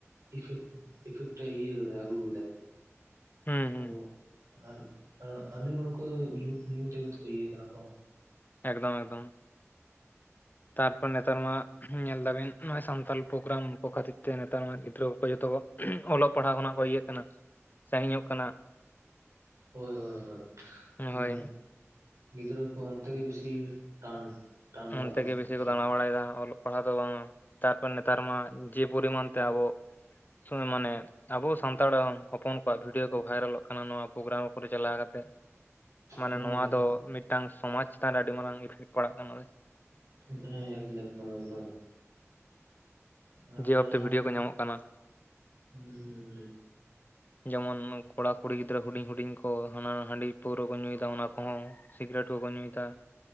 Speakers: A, on the right; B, on the left.
A: ᱤᱯᱷᱮᱴ ᱤᱯᱷᱮᱠᱴ ᱤᱭᱟᱹ ᱠᱟᱫᱟᱭ ᱟᱹᱜᱩ ᱟᱠᱟᱫᱟᱭ
B: ᱦᱩᱸ ᱦᱩᱸ
A: <unintelligible> <unintelligible> ᱟᱨ ᱟᱹᱰᱤ ᱦᱚᱲ ᱠᱚ ᱧᱩ ᱧᱩ ᱛᱮᱜᱮ ᱠᱚ ᱤᱭᱟᱹ ᱠᱟᱱᱟ ᱠᱟᱝ
B: ᱮᱠᱫᱚᱢ ᱮᱠᱫᱚᱢ ᱛᱟᱨᱯᱚᱨ ᱱᱮᱛᱟᱨ ᱢᱟ ᱧᱮᱞ ᱫᱟᱵᱤᱱ ᱱᱚᱜᱼᱚᱭ ᱥᱟᱱᱛᱟᱞ ᱯᱨᱳᱜᱨᱟᱢ ᱠᱚ ᱠᱷᱟᱹᱛᱤᱨ ᱛᱮ ᱱᱮᱛᱟᱨ ᱢᱟ ᱜᱤᱫᱽᱨᱟᱹ ᱠᱚ ᱡᱚᱛᱚ ᱠᱚ ᱚᱞᱚᱜ ᱯᱟᱲᱦᱟᱣ ᱠᱷᱚᱱᱟᱜ ᱠᱚ ᱤᱭᱟᱹᱜ ᱠᱟᱱᱟ ᱥᱟᱸᱜᱤᱧᱚᱜ ᱠᱟᱱᱟ
A: ᱦᱚᱭ ᱦᱚᱭ ᱦᱚᱭ ᱢᱟᱱᱮ
B: ᱦᱳᱭ
A: ᱜᱤᱫᱽᱨᱟᱹ ᱠᱚ ᱚᱱᱛᱮᱜᱮ ᱵᱮᱥᱤ ᱴᱟᱱ ᱴᱟᱱ ᱪᱟᱞᱟᱜ
B: ᱚᱱᱛᱮᱜᱮ
A: ᱠᱟᱱ
B: ᱵᱮᱥᱤ
A: ᱴᱟᱱ
B: ᱠᱚ ᱫᱟᱬᱟ ᱵᱟᱲᱟᱭᱮᱫᱟ ᱚᱞᱚᱜ ᱯᱟᱲᱦᱟᱣ ᱫᱚ ᱵᱟᱝ ᱛᱟᱨᱯᱚᱨ ᱱᱮᱛᱟᱨ ᱢᱟ ᱡᱮ ᱯᱚᱨᱤᱢᱟᱱ ᱛᱮ ᱟᱵᱚ ᱢᱟᱱᱮ ᱟᱵᱚ ᱥᱟᱱᱛᱟᱲᱟᱜ ᱦᱚᱯᱚᱱ ᱠᱚᱣᱟᱜ ᱵᱷᱤᱰᱭᱳ ᱠᱚ ᱵᱷᱟᱭᱨᱟᱞᱚᱜ ᱠᱟᱱᱟ ᱱᱚᱣᱟ ᱯᱳᱜᱨᱟᱢ ᱠᱚᱨᱮ ᱪᱟᱞᱟᱣ ᱠᱟᱛᱮᱫ ᱢᱟᱱᱮ
A: ᱦᱳᱭ
B: ᱱᱚᱣᱟ
A: ᱦᱳᱭ
B: ᱫᱚ ᱢᱤᱫᱴᱟᱝ ᱥᱚᱢᱟᱡᱽ ᱪᱮᱛᱟᱱ ᱨᱮ ᱟᱹᱰᱤ ᱢᱟᱨᱟᱝ ᱤᱯᱷᱮᱠᱴ ᱯᱟᱲᱟᱜ ᱠᱟᱱᱟ
A: <unintelligible> ᱟᱨ
B: ᱡᱮ
A: ᱡᱟᱦᱟᱸ
B: ᱵᱷᱟᱵᱛᱮ ᱵᱷᱤᱰᱭᱳ ᱠᱚ ᱧᱟᱢᱚᱜ ᱠᱟᱱᱟ
A: <unintelligible>
B: ᱡᱮᱢᱚᱱ ᱠᱚᱲᱟ ᱠᱩᱲᱤ ᱜᱤᱫᱽᱨᱟᱹ ᱦᱩᱰᱤᱧ ᱦᱩᱰᱤᱧ ᱠᱚ ᱦᱟᱱᱟ ᱦᱟᱺᱰᱤ ᱯᱟᱹᱣᱨᱟᱹ ᱠᱚ ᱧᱩᱭᱮᱫᱟ ᱚᱱᱟ ᱠᱚᱦᱚᱸ ᱥᱤᱜᱨᱮᱴ ᱠᱚᱠᱚ ᱧᱩᱭᱮᱫᱟ